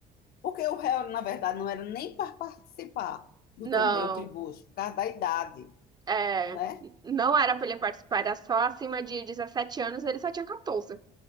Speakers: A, on the left; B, on the right.
A: Porque o Harry, na verdade, não era nem para participar do
B: Não,
A: torneio tribus por causa da idade,
B: é,
A: né?
B: não era pra ele participar, era só acima de 17 anos, ele só tinha 14.